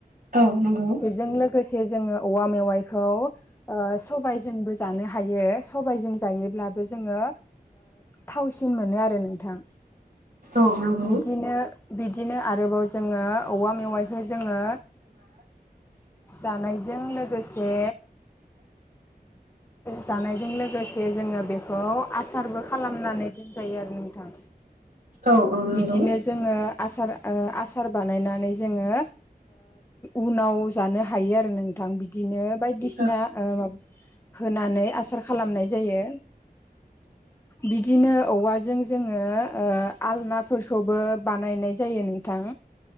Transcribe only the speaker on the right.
औ नंगौ
औ नंगौ।
औ औ नंगौ
औ